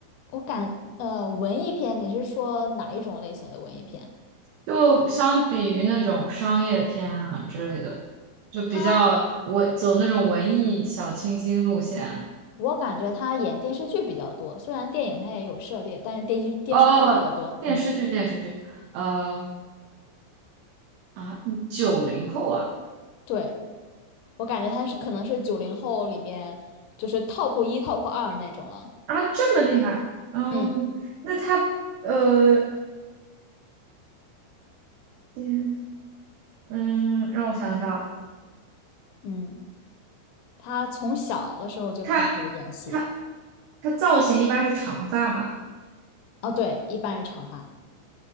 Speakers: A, on the left; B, on the right.
A: 我感，呃，文艺片，你是说哪一种类型的文艺片？
B: 就相比于那种商业片啊之类的，就比较文走那种文艺小清新路线啊。
A: 他，我感觉他演电视剧比较多，虽然电影他也有涉猎，但是电视电视剧比较多，
B: 哦，哦哦电视剧电视剧，
A: 嗯，
B: 呃啊，九零后啊
A: 对，我感觉他是可能是九零后里面就是 top 一、top 二那种了，
B: 啊，这么厉害，嗯，
A: 嗯
B: 那他呃嗯，嗯让我想想，
A: 嗯，他从小的时候就开始演戏，
B: 他他他造型一般是长发吧，
A: 哦，对，一般是长发，